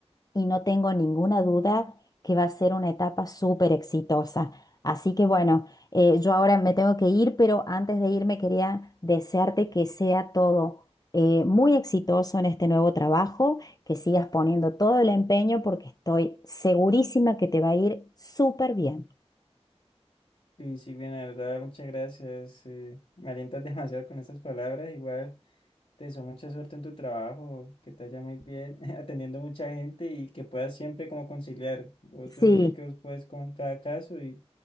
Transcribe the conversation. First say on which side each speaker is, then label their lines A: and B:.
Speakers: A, on the left; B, on the left.
A: y no tengo ninguna duda que va a ser una etapa súper exitosa. Así que bueno, eh, yo ahora me tengo que ir, pero antes de irme quería desearte que sea todo eh, muy exitoso en este nuevo trabajo, que sigas poniendo todo el empeño porque estoy segurísima que te va a ir súper bien.
B: Y sí, bien, la verdad, muchas gracias. eh, me alientas <laughs> demasiado con esas palabras. Igual te deseo mucha suerte en tu trabajo, que te vaya muy bien, <laughs> atendiendo mucha gente y que puedas siempre como conciliar. Vos
A: Sí,
B: yo sé que vos puedes con cada caso y,